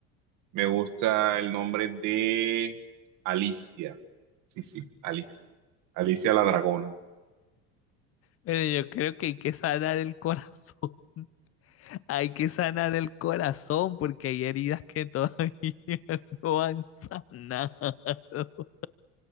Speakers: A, on the right; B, on the left.
A: me gusta el nombre de Alicia. Sí, sí, Alicia. Alicia la dragona.
B: Pero yo creo que hay que sanar el corazón. <laughs> Hay que sanar el corazón porque hay heridas que todavía <laughs> no han sanado. <laughs>